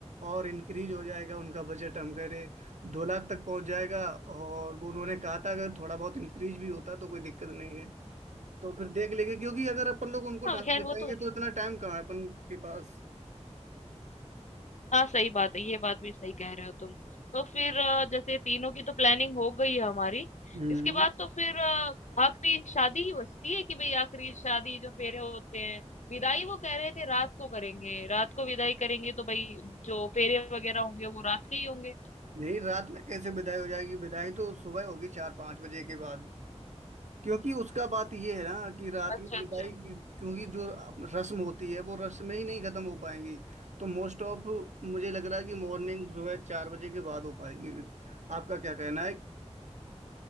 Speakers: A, on the right; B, on the left.
A: और इंक्रीज हो जाएगा उनका बजट हम कह रहे दो लाख तक पहुंच जाएगा और वो उन्होंने कहा था अगर थोड़ा बहुत इंक्रीज भी होता तो कोई दिक्कत नहीं है तो फिर देख लेंगे क्योंकि अगर अपन लोग उनको डांस
B: हाँ खैर
A: सिखाएंगे
B: वो तो
A: तो इतना टाइम कहाँ है अपन के पास
B: हाँ, सही बात है, ये बात भी सही कह रहे हो तुम। तो फिर अ, जैसे तीनों की तो प्लानिंग हो गई है हमारी,
A: हम्म
B: इसके बाद तो फिर अ, आखिरी शादी ही बचती है कि भई आखिरी शादी जो फेरे होते हैं, विदाई वो कह रहे थे रात को करेंगे, रात को विदाई करेंगे तो भई जो फेरे वगैरह होंगे वो रात के ही होंगे।
A: नहीं रात में कैसे विदाई हो जाएगी विदाई तो सुबह होगी चार पाँच बजे के बाद क्योंकि उसका बात ये है ना कि रात
B: अच्छा,
A: में
B: अच्छा।
A: विदाई की- क्योंकि जो अप- रस्म होती है वो रस्म में ही नहीं खत्म हो पाएंगी तो मोस्ट ऑफ मुझे लग रहा है कि मॉर्निंग जो है चार बजे के बाद हो पाएगी आपका क्या कहना है